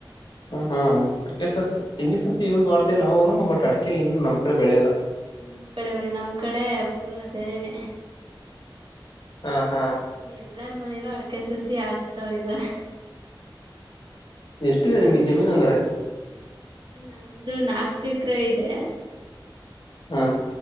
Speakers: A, on the left; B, on the right.
A: ಹ್ಮ್ ಹ್ಮ್ ಅಡಿಕೆ ಸಸಿ ತೆಂಗಿ ಸಸಿ ಯೂಸ್ ಮಾಡ್ತೀವಿ ನಾವುನು ಬಟ್ ಅಡಕೆ ಇನ್ನು ನಮ್ ಕಡೆ ಬೆಳೆಯಲ್ಲ
B: ನಿಮ್ ಕಡೆ ಬೆಳೆ ನಮ್ ಕಡೆ ಫುಲ್ ಅದೇನೇನೆ
A: ಹಾ ಹಾ
B: ಎಲ್ಲಾರ ಮನೆಲೂ ಅಡ... ಅಡ್ಕೆ ಸಸಿ ಆಗ್ತವ್ರ ಇವ
A: ಎಷ್ಟಿದೆ ನಿಮ್ ಜಮೀನ್ ಹಂಗಾರೆ
B: ನಮ್ದು ನಾಕ ಎಕರೆ ಇದೆ
A: ಹಾ